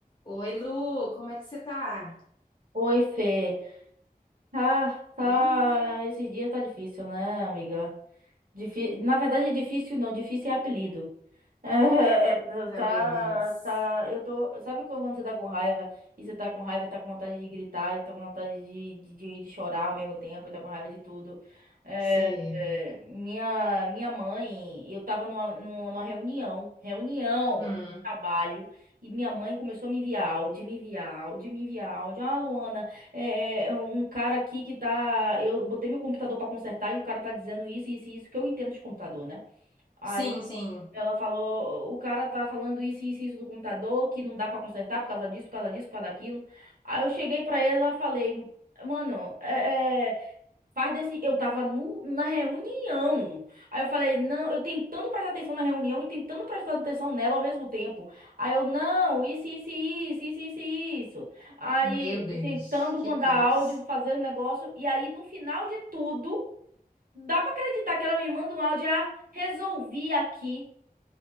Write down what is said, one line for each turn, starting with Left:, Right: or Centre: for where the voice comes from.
Left: Oi, Lu, como é que você tá?
Right: Oi, Fê. Ah, tá.
Left: Ih,
Right: Esses dias tá difícil, né, amiga? Difí... Na verdade, difícil não, difícil é apelido. É,
Left: Eita,
Right: é, é, tá,
Left: meu Deus.
Right: tá, eu tô, sabe quando quando você tá com raiva, e você tá com raiva e tá com vontade de gritar, e tá com vontade de, de, de- de chorar ao mesmo tempo, e tá com raiva de tudo, É,
Left: Sei.
Right: é, minha, minha mãe, eu tava numa, numa numa reunião, reunião,
Left: Hum.
Right: trabalho, e minha mãe começou a me enviar áudio, me enviar áudio, me enviar áudio, ah, Luana, é, é, é um cara aqui que tá, eu botei meu computador pra consertar, e o cara tá dizendo isso, isso e isso, que eu entendo de computador, né? aí
Left: Sim, sim.
Right: ela falou, o cara tá falando isso, isso, isso do computador, que não dá pra consertar por causa disso, por causa disso, por causa daquilo. Aí eu cheguei pra ela e falei, mano, é, é, faz desse. Eu tava no, na reunião. Aí eu falei, não, eu tentando prestar atenção na reunião e tentando prestar atenção nela ao mesmo tempo. Aí eu, não, isso, isso, isso, isso, isso, isso. Aí
Left: Meu Deus,
Right: tentando
Left: que
Right: mandar
Left: caos.
Right: áudio, fazer negócio. E aí no final de tudo, dá pra acreditar que ela me manda um áudio, ah, resolvi aqui.